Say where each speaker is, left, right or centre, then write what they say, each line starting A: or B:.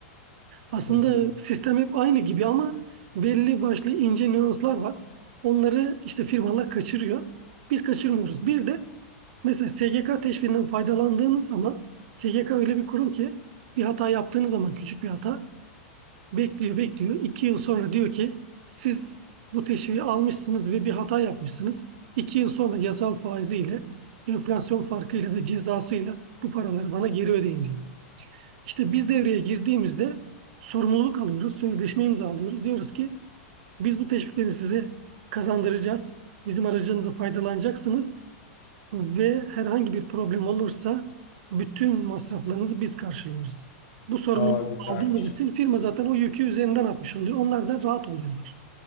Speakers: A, on the right; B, on the left.
A: Aslında
B: Hı hı.
A: sistem hep aynı gibi ama belli başlı ince nüanslar var. Onları işte firmalar kaçırıyor. Biz kaçırmıyoruz. Bir de mesela SGK teşviğinden faydalandığınız zaman SGK öyle bir kurum ki bir hata yaptığınız zaman küçük bir hata Bekliyor, bekliyor. İki yıl sonra diyor ki siz bu teşviği almışsınız ve bir hata yapmışsınız. İki yıl sonra yasal faiziyle, enflasyon farkıyla ve cezasıyla bu paraları bana geri ödeyin diyor. İşte biz devreye girdiğimizde sorumluluk alıyoruz, sözleşme imzalıyoruz. Diyoruz ki biz bu teşvikleri size kazandıracağız. Bizim aracımıza faydalanacaksınız ve herhangi bir problem olursa bütün masraflarınızı biz karşılıyoruz. Bu sorumluluğu
B: Aa, güzelmiş.
A: aldığımız için firma zaten o yükü üzerinden atmış oluyor. Onlar da rahat oluyorlar.